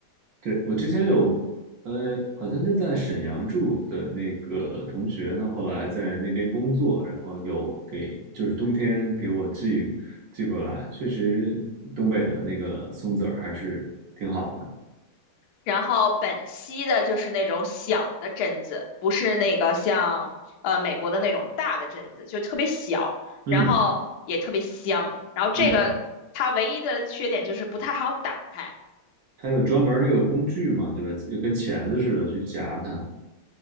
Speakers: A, on the right (about 65°); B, on the left (about 75°).
A: 对，我之前有，呃，好像就在沈阳住的那个同学，他后来在那边工作，然后有给，就是冬天给我寄寄过来，确实东北的那个松子儿还是挺好的。
B: 然后本溪的就是那种小的榛子，不是那个像呃美国的那种大的榛子，就特别小，
A: 嗯
B: 然后也特别香。然后这个它唯一的缺点就是不太好打开。
A: 嗯，它有专门儿那个工具嘛，对吧？就跟钳子似的去夹它。